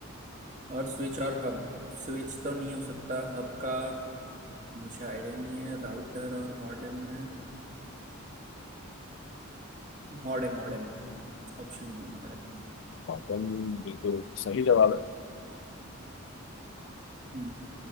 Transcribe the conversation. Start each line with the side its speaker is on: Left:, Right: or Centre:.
Right: और स्विच और हब स्विच तो नहीं हो सकता हब का मुझे आइडिया नहीं है राउटर और मॉडेम में Modem modem Option B modem
Left: मॉडेम बिल्कुल सही जवाब है
Right: हम्म